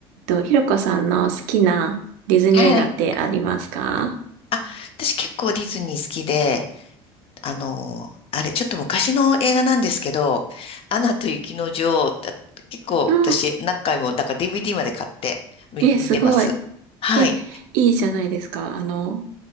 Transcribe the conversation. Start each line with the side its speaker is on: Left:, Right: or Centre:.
Right: と、ひろこさんの好きなディズニー映画ってありますか
Left: はい。あ、私結構ディズニー好きで、あの、あれ、ちょっと昔の映画なんですけど、アナと雪の女王、だ結構私何回も、
Right: うん。
Left: だから DVD まで買って見、
Right: え、すごい。
Left: 見てます。はい。
Right: え、いいじゃないですか。あの、